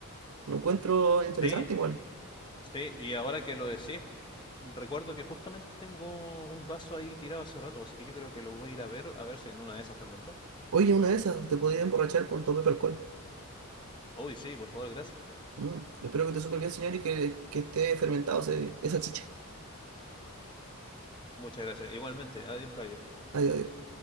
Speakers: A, on the right (about 70°); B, on the left (about 20°).
A: Lo encuentro interesante
B: Sí,
A: igual.
B: sí. Y ahora que lo decís, ju- recuerdo que justamente tengo un vaso ahí tirado hace rato, así que yo creo que lo voy a ir a ver, a ver si en una de esas fermentó.
A: Oye, una de esas, te podría emborrachar con tu propio alcohol.
B: Uy, sí, por favor, gracias.
A: Mm, Espero que te supe bien, señor, y que, que esté fermentado ese- esa chicha.
B: Muchas gracias. Igualmente. Adiós, caballero.
A: Adiós, adiós.